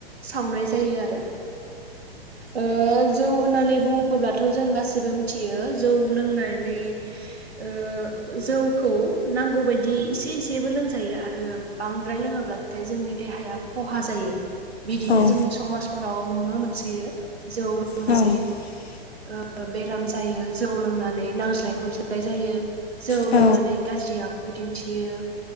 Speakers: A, on the right; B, on the left.
A: सावनाय जायो आरो ओ जौ होननानै बुङो अब्लाथ जों गासिबो मि- मिथियो जौ लोंनानै ओ‌ जौखौ नांगौबायदि इसे एसेबो लोंजायो आरो बांद्राय लोङोब्लाथाय जोंनि देहाया ख'हा जायो बिदिनो
B: आरो
A: जोंनि समाजफोराव नुनो मोनसोयो जौ लोंनानै
B: गब्लंनाय जायो
A: ओ‌ बेराम जायो जौ लोंनानै नांज्लाय खमज्लाय जायो जौ
B: औ
A: लोंनानै गाज्रिया खु दिनथियो।